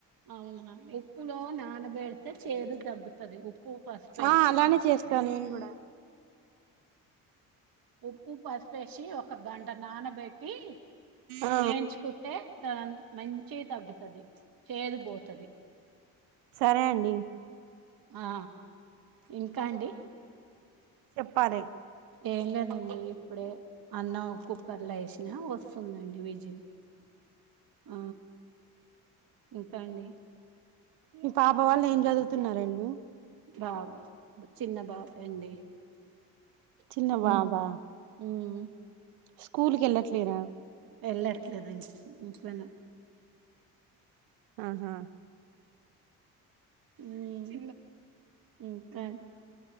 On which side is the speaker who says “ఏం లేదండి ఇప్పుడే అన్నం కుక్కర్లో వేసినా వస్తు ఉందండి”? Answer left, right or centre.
Right